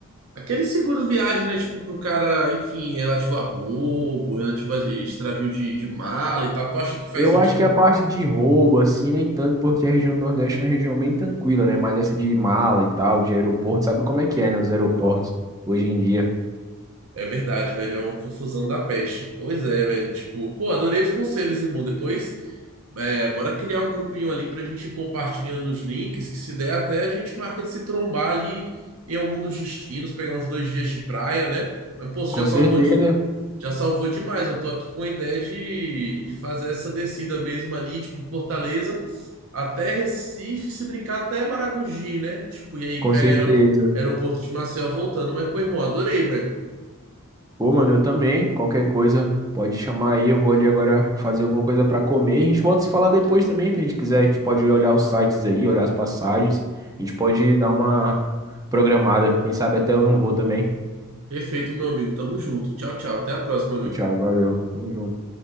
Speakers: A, on the right (about 70°); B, on the right (about 15°).
A: Aquele seguro viagem, né, tipo, pro cara, enfim, relativo a roubo, relativo a extravio de, de mala e tal, tu acha que faz
B: Eu
A: sentido?
B: acho que a parte de roubo, assim, nem tanto, porque a região do Nordeste é uma região bem tranquila, né? Mas essa de mala e tal, de aeroporto, sabe como é que é, né? Os aeroportos hoje em dia.
A: É verdade, velho, é uma confusão da peste. Pois é, velho, tipo, pô, adorei os conselhos, irmão. Depois É, bora criar um grupinho ali pra gente ir compartilhando os links, que se der até a gente marca de se trombar ali em algum dos destinos, pegar uns dois dias de praia, né? Mas, pô, você
B: Com
A: já salvou,
B: certeza,
A: de- já salvou demais. Eu tô aqui com a ideia de, de fazer essa descida mesmo ali, tipo, de Fortaleza até Recife, se brincar até Maragogi, né? Tipo, e aí
B: com
A: pega
B: certeza.
A: aerop- aeroporto de Maceió voltando. Mas, pô, irmão, adorei, velho.
B: Pô, mano, eu também. Qualquer coisa, pode chamar aí. Eu vou ali agora fazer alguma coisa pra comer. A gente volta a se falar depois também, se a gente quiser. A gente pode olhar os sites aí, olhar as passagens. A gente pode dar uma programada. Quem sabe até eu não vou também.
A: Perfeito, meu amigo. Tamo junto. Tchau, tchau. Até a próxima, viu?
B: Tchau, tchau, valeu. Tamo junto.